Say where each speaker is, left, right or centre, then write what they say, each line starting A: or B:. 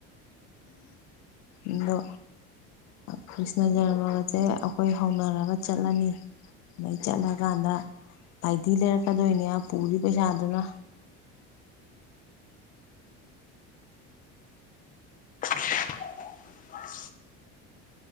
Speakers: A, on the left; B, on the left.
A: ꯑꯗꯣ ꯀ꯭ꯔꯤꯁꯅ ꯖꯔꯃꯒꯁꯦ ꯑꯈꯣꯏ ꯍꯧꯅꯔꯒ ꯆꯠꯂꯅꯤ ꯑꯗꯩ ꯆꯠꯂꯀꯥꯟꯗ ꯍꯥꯏꯗꯤ ꯂꯩꯔꯛ ꯀꯗꯣꯏꯅꯦ ꯄꯨꯔꯤ ꯄꯩꯁꯥꯗꯨꯅ
B: ꯍꯣꯏ ꯌꯦ ꯎꯈꯔ꯭ꯤꯗꯦ